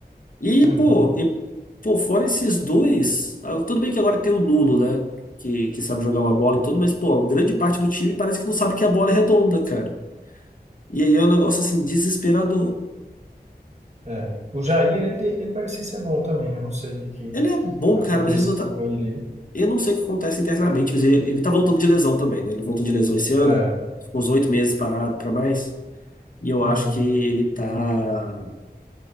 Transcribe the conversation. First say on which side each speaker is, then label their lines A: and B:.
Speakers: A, on the left (about 55°); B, on the right (about 40°).
A: E,
B: Uhum.
A: pô, e, pô, fora esses dois, ah, tudo bem que agora tem o Nuno, né? Que, que sabe jogar uma bola e tudo, mas, pô, grande parte do time parece que não sabe que a bola é redonda, cara. E aí é um negócio assim desesperador.
B: É. O Jair, ele, ele parecia ser bom também, né? Não sei o que, que
A: Ele é bom,
B: aconteceu
A: cara, mas ele não tá.
B: com ele
A: Eu não sei o que acontece internamente, mas ele, ele tá voltando de lesão também, né? Ele voltou de lesão esse ano,
B: aí. É.
A: ficou uns oito meses parado pra mais. E eu
B: Uhum.
A: acho que ele tá,